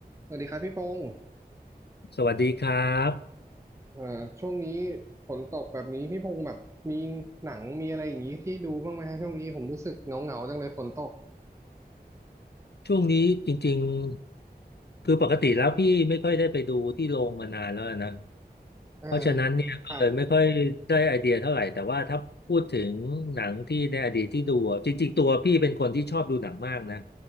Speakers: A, on the right; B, on the left.
A: สวัสดีครับพี่พงศ์
B: สวัสดีครับ
A: เอ่อช่วงนี้ฝนตกแบบนี้พี่พงศ์แบบมีหนังมีอะไรอย่างนี้ที่ดูบ้างไหมฮะช่วงนี้ผมรู้สึกเหงาๆจังเลยฝนตก
B: ช่วงนี้จริงๆคือปกติแล้วพี่ไม่ค่อยได้ไปดูที่โรงมานานแล้วนะ
A: เอ่า
B: เพราะฉะนั้นเนี่ยก็เลยไม่ค่อยได้ไอเดียเท่าไหร่แต่ว่าถ้าพูดถึงหนังที่ในอดีตที่ดูอะจริงๆตัวพี่เป็นคนที่ชอบดูหนังมากนะ
A: ครับ